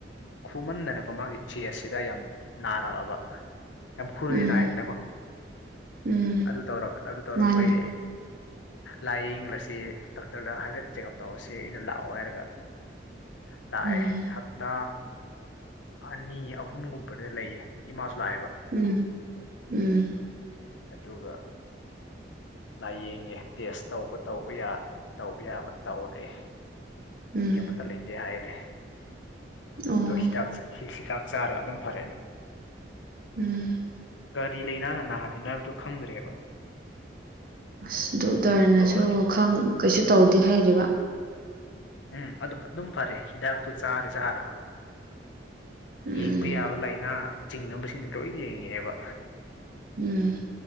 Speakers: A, on the left; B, on the right.
A: ꯈꯨꯃꯟꯗꯅꯅꯕ ꯃꯥꯒꯤ ꯆꯦ ꯑꯁꯤꯗ ꯌꯥꯝ ꯅꯥꯔꯛꯑꯕ ꯌꯥꯝ ꯈꯨꯔꯗꯤ
B: ꯎꯝ
A: ꯅꯥꯏꯗꯅꯕ
B: ꯎꯝ
A: ꯑꯗꯨ ꯇꯧꯔꯛ ꯑꯗꯨ ꯇꯧꯔꯛꯄꯩ
B: ꯃꯥꯅꯤ
A: ꯂꯥꯏꯌꯦꯡꯕꯁꯤ ꯗꯣꯛꯇꯔꯗ ꯍꯥꯏꯐꯦꯠ ꯆꯦꯛꯑꯞ ꯇꯧꯔꯁꯦ ꯑꯩꯅ ꯂꯥꯛꯑꯣ ꯍꯥꯏꯔꯒ ꯥꯂꯥꯛꯑꯦ
B: ꯎꯝ
A: ꯍꯞꯇꯥ ꯑꯅꯤ ꯑꯍꯨꯝꯒꯨꯝꯕꯗ ꯂꯩꯌꯦ ꯏꯃꯁꯨ ꯂꯥꯛꯑꯦꯕ
B: ꯎꯝ ꯎꯝ
A: ꯑꯗꯨꯒ ꯂꯥꯏꯌꯦꯡꯉꯦ ꯇꯦꯁ ꯇꯧꯕ ꯇꯧꯕ ꯇꯧꯕ ꯌꯥꯕ ꯇꯧꯔꯦ
B: ꯎꯝ
A: ꯀꯩꯃꯇ ꯂꯩꯇꯦ ꯍꯥꯏꯔꯦ
B: ꯑꯣ
A: ꯑꯗꯣ ꯍꯤꯗ ꯍꯤꯗꯥꯛ ꯆꯥꯔꯒ ꯑꯗꯨꯝ ꯐꯔꯦꯅꯦ
B: ꯎꯝ
A: ꯀꯔꯤ ꯂꯩꯅꯥꯅ ꯅꯥꯍꯜꯂꯤꯅꯣ ꯍꯥꯏꯕꯗꯨ ꯈꯪꯗ꯭ꯔꯦꯕ
B: ꯑꯁ ꯗꯣꯛꯇꯔꯅꯁꯨ
A: ꯂꯣꯏ
B: ꯈ ꯀꯩꯁꯨ ꯇꯧꯗꯦ ꯍꯥꯏꯔꯤꯕ
A: ꯎꯝ ꯑꯗꯨ ꯑꯗꯨꯝ ꯐꯔꯦ ꯍꯤꯗꯥꯛꯇꯨ ꯆꯥꯔꯦ ꯆꯥꯔꯒ
B: ꯎꯝ
A: ꯌꯦꯡꯕ ꯌꯥꯕ ꯂꯥꯏꯅꯥ ꯆꯤꯡꯅꯕꯁꯤꯡꯗ ꯂꯣꯏꯅ ꯌꯦꯡꯉꯛꯑꯦꯕ
B: ꯎꯝ